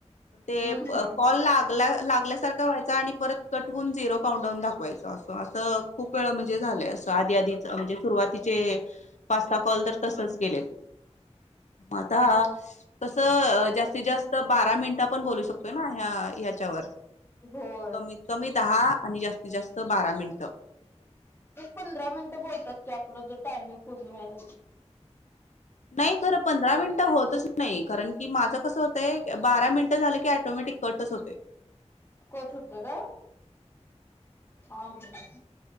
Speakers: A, on the left; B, on the left.
A: ते
B: हम्म हम्म.
A: कॉल लाग लागल्यासारख आणि परत कटून झिरो काउंटडाऊन दाखवायच अस अस खूप वेळ म्हज झा आध आ सुरुवातीचे पाचता कॉल तर तसच गेलेल आता कसं जास्तीत जास्त बारा मिनिटा पण बोलू शकतोय ना ह्या याच्यावर
B: होय
A: कमीत कमी दहा आणि जास्तीत जास्त बारा मिनट
B: पंधरा मिनिटं बोलतात की आपलं जो टायमिंग पूर्ण वेन
A: नाही खरं पंधरा मिनिटं होतच नाही कारण की माझं कसं होत बारा मिनिटं झालं की टोमॅटिक कटच होतते
B: कोठ होत का हा ह